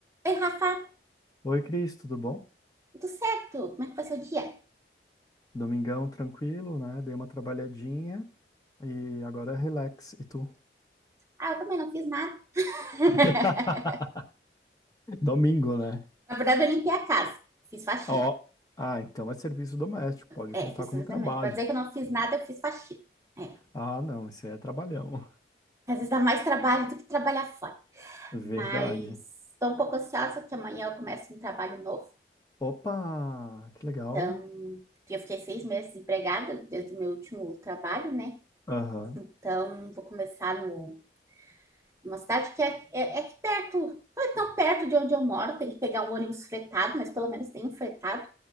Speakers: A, on the right (about 15°); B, on the left (about 20°).
A: Oi, Rafa,
B: Oi, Cris, tudo bom?
A: tudo certo? Como é que foi seu dia?
B: Domingão tranquilo, né? Dei uma trabalhadinha e agora relax. E tu?
A: Ah, eu também não fiz nada. <laughs>
B: <laughs> Domingo, né?
A: Na verdade, eu limpei a casa, fiz faxina.
B: Ó, ah, então é serviço doméstico, pode
A: É,
B: contar
A: fiz
B: como trabalho.
A: também. Pra dizer que eu não fiz nada, eu fiz faxina. É,
B: Ah, não, isso aí é trabalhão.
A: às vezes dá mais trabalho do que trabalhar fora.
B: Verdade.
A: Mas tô um pouco ansiosa que amanhã eu começo um trabalho novo.
B: Opa, que legal.
A: Então, eu fiquei seis meses desempregada desde o meu último trabalho, né?
B: Aham.
A: Então, vou começar no, numa cidade que é, é, é aqui perto, não é tão perto de onde eu moro, tem que pegar um ônibus fretado, mas pelo menos tem um fretado